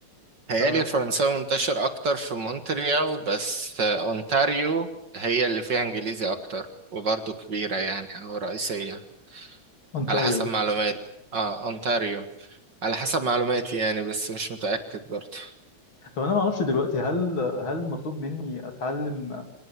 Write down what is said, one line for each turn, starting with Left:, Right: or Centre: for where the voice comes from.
Left: ف
Right: هيالي الفرنساوي منتشر اكتر في مونتريال بس آه، اونتاريو هي اللي فيها انجليزي اكتر وبرضه كبيرة يعني او رئيسية
Left: اونتاريو
Right: على حسب معلوماتي اه اونتاريو على حسب معلوماتي يعني بس مش متأكد برضه
Left: طب انا ما اعرفش دلوقتي هل هل مطلوب مني اتعلم